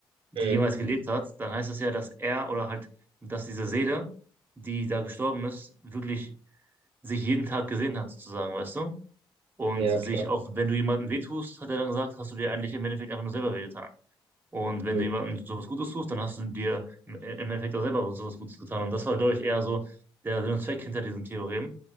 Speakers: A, on the right; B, on the right.
A: die
B: Mhm.
A: jemals gelebt hat, dann heißt das ja, dass er oder halt, dass diese Seele, die da gestorben ist, wirklich sich jeden Tag gesehen hat, sozusagen, weißt du? Und
B: Ja,
A: sich
B: klar.
A: auch, wenn du jemandem wehtust, hat er dann gesagt, hast du dir eigentlich im Endeffekt einfach nur selber wehgetan. Und
B: Mhm.
A: wenn du jemandem sowas Gutes tust, dann hast du dir im im Endeffekt auch selber sowas Gutes getan. Und das war, glaube ich, eher so der Sinn und Zweck hinter diesem Theorem.